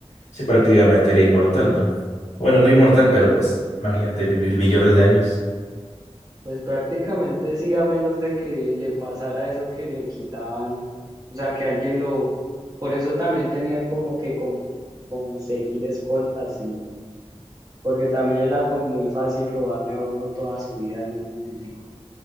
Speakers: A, on the left; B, on the right.
A: Sí, prácticamente era inmortal, ¿no? Bueno, no inmortal, pero pues imagínate vivir billones de años.
B: Pues prácticamente sí, a menos de que le pasara eso que le quitaban, o sea, que alguien lo... Por eso también tenían como que con- conseguir escoltas y... Porque también era como muy fácil robarle a uno toda su vida en un momentico.